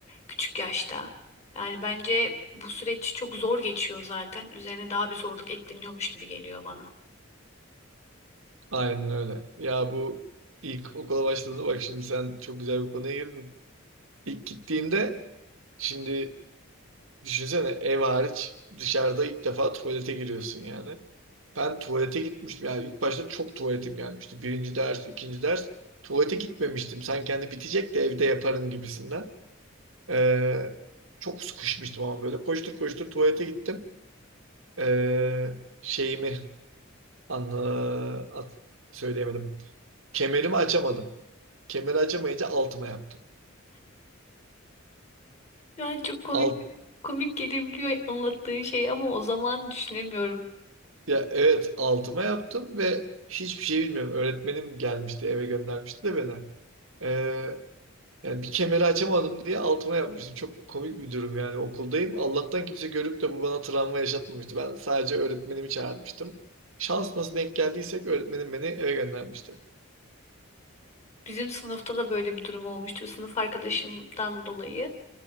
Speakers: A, on the left; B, on the right.
A: küçük yaşta. Yani bence bu süreç çok zor geçiyor zaten. Üzerine daha bir zorluk ekleniyormuş gibi geliyor bana.
B: Aynen öyle. Ya bu ilk okula başladığında bak şimdi sen çok güzel bir konuya girdin. İlk gittiğimde şimdi düşünsene ev hariç dışarıda ilk defa tuvalete giriyorsun yani. Ben tuvalete gitmiştim yani ilk başta çok tuvaletim gelmişti. Birinci ders, ikinci ders tuvalete gitmemiştim. Sanki hani bitecek de evde yaparım gibisinden. Ee, çok sıkışmıştım ama böyle koştur koştur tuvalete gittim. Ee, şeyimi anla, at- söyleyemedim. Kemerimi açamadım. Kemeri açamayınca altıma yaptım.
A: Yani çok komik
B: alt.
A: komik gelebiliyor anlattığın şey ama o zaman düşünemiyorum.
B: Ya evet altıma yaptım ve hiçbir şey bilmiyorum. Öğretmenim gelmişti eve göndermişti de beni. Ee, yani bir kemeri açamadım diye altıma yapmıştım. Çok komik bir durum yani okuldayım. Allah'tan kimse görüp de bu bana travma yaşatmamıştı. Ben sadece öğretmenimi çağırmıştım. Şans nasıl denk geldiysek öğretmenim beni eve göndermişti.
A: Bizim sınıfta da böyle bir durum olmuştu. Sınıf arkadaşımdan dolayı